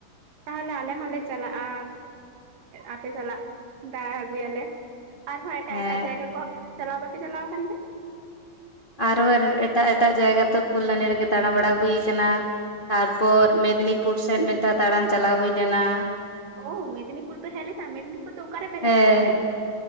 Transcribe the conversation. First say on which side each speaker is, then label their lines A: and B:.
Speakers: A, on the right (about 75°); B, on the left (about 75°).
A: ᱛᱟᱦᱚᱞᱮ ᱟᱞᱮ ᱦᱚᱞᱮ ᱪᱟᱞᱟᱜᱼᱟ ᱟᱯᱮ ᱥᱟᱞᱟᱜ ᱫᱟᱬᱟ ᱟᱹᱜᱩᱭᱟᱞᱮ ᱟᱨᱦᱚᱸ ᱮᱴᱟᱜ
B: ᱦᱮᱸ
A: ᱮᱴᱟᱜ ᱡᱟᱭᱜᱟ ᱠᱚ ᱪᱟᱞᱟᱣ ᱵᱟᱯᱮ ᱪᱟᱞᱟᱣ ᱠᱟᱱᱛᱮ
B: ᱟᱨᱚ ᱮᱴᱟᱜ ᱮᱴᱟᱜ ᱡᱟᱭᱜᱟ ᱛᱚ ᱠᱚᱞᱞᱟᱱᱤ ᱨᱮᱜᱮ ᱫᱟᱬᱟᱵᱟᱲᱟ ᱦᱳᱭ ᱠᱟᱱᱟ ᱛᱟᱨᱯᱚᱨ ᱢᱮᱫᱽᱱᱤᱯᱩᱨ ᱥᱮᱫ ᱢᱤᱫ ᱫᱷᱟᱣ ᱫᱟᱬᱟᱱ ᱪᱟᱞᱟᱣ ᱦᱳᱭ ᱞᱮᱱᱟ
A: ᱚ ᱢᱮᱫᱽᱱᱤᱯᱩᱨ ᱯᱮ ᱦᱮᱸᱜᱞᱮᱱᱟ ᱢᱮᱫᱽᱱᱤᱯᱩᱨ ᱫᱚ ᱚᱠᱟᱨᱮ ᱯᱮ
B: ᱦᱮᱸ
A: ᱦᱮᱸᱜᱞᱮᱱ ᱛᱮ